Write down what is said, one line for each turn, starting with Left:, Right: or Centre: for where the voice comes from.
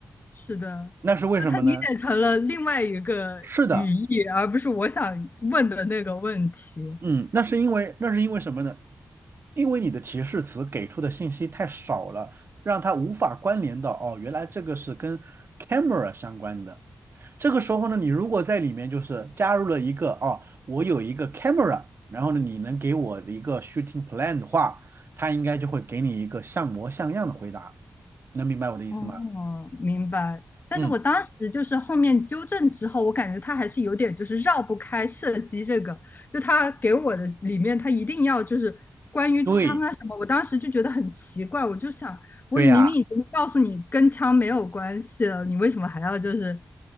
Left: 是的，
Right: 那是为什么呢？
Left: 就他理解成了另外一个语义，
Right: 是的，
Left: 而不是我想问的那个问题。
Right: 嗯，那是因为那是因为什么呢？因为你的提示词给出的信息太少了，让它无法关联到哦，原来这个是跟 camera 相关的。这个时候呢，你如果在里面就是加入了一个哦，我有一个 camera，然后呢，你能给我一个 shooting plan 的话，它应该就会给你一个像模像样的回答。能明白我的意思吗？
Left: 哦，明白。但是我当时就是后面纠正之后，
Right: 嗯，
Left: 我感觉他还是有点就是绕不开射击这个，就他给我的里面，他一定要就是关于枪啊什么，
Right: 对，
Left: 我当时就觉得很奇怪，我就想，我明明已经告诉你跟枪没有关系了，
Right: 对呀，
Left: 你为什么还要就是